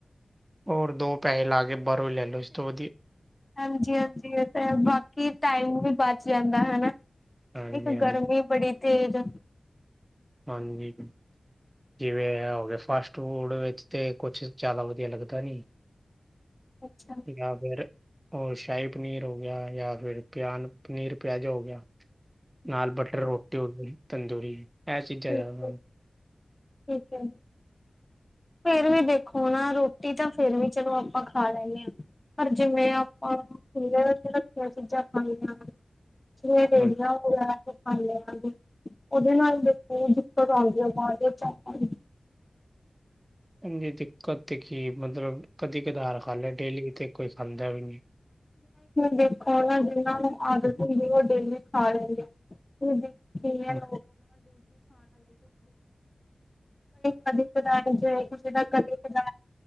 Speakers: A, on the right; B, on the left.
A: ਹੋਰ ਦੋ ਪੈਸੇ ਲਾ ਕੇ ਬਾਹਰੋਂ ਲੈ ਲੋ ਇਸ ਤੋਂ ਵਧੀਆ।
B: ਹਾਂਜੀ ਹਾਂਜੀ ਇਹ ਤੇ ਬਾਕੀ ਟਾਈਮ ਵੀ ਬਚ ਜਾਂਦਾ ਹਨਾ।
A: ਹਾਂਜੀ
B: ਇੱਕ
A: ਹਾਂਜੀ
B: ਗਰਮੀ ਬੜੀ ਤੇਜ।
A: ਹਾਂਜੀ। ਜਿਵੇਂ ਏ ਗਿਆ ਫਾਸਟ ਫੂਡ ਵਿੱਚ ਤੇ ਕੁਛ ਜ਼ਿਆਦਾ ਵਧੀਆ ਲੱਗਦਾ ਨੀ।
B: ਅੱਛਾ।
A: ਨਾ ਫਰ। ਉਹਰ ਸ਼ਾਹੀ ਪਨੀਰ ਹੋ ਗਿਆ ਯਾ ਫਿਰ ਪਿਆਨ ਪਨੀਰ ਪਿਆਜ਼ਾ ਹੋ ਗਿਆ। ਨਾਲ ਬਟਰ
B: ਠੀਕ
A: ਰੋਟੀ ਹੋਗੀ ਤੰਦੂਰੀ। ਇਹ ਚੀਜ਼ਾਂ
B: ਠੀਕ
A: ਜ਼ਿਆਦਾ ਹਨ।
B: ਠੀਕ ਹੈ ਜੀ। ਫੇਰ ਵੀ ਦੇਖੋ ਨਾ ਰੋਟੀ ਤਾਂ ਫੇਰ ਵੀ ਚਲੋ ਆਪਾਂ ਖਾ ਲੈਂਦੇ ਹਾਂ। ਪਰ ਜਿਵੇਂ ਆਪਾਂ ਖੀਆਂ ਰੱਖੀਆਂ ਚੀਜ਼ਾਂ ਖਆਂ ਹਨ ਜੀਆਂੜੀਆਂ। ਲੈ
A: ਹਾਂ-
B: ਕੇ ਖਾ ਲਗੇ ਉਹਦੇ ਨਾਲ ਦੇਖ ਦਿੱਕਤ ਆਉਂਦੀ ਹੈ ਬਾਹਰ ਦੇਾਂ ਦੀ।
A: ਹ ਦਿੱਕਤ ਤੇ ਕੀ ਮਤਲਬ ਕਦੀ ਕਧਾਰ ਖਾ ਲਿਆ ਡੇਲੀ ਤੇ ਕੋਈ ਖਾਂਦਾ ਵੀ ਨਹੀਂ।
B: ਦੇਖੋ ਨਾ ਜਿਨਾਂ ਨੂੰ ਆਦਤ ਹੁੰਦੀ ਉਹ ਡੇਲੀ ਖਾ ਲੈਂਦੇ। ਡਜੀ ਖਾਣ।
A: ਹਮ,
B: ਕਦੇਦਾਰ ਕਦੇਦ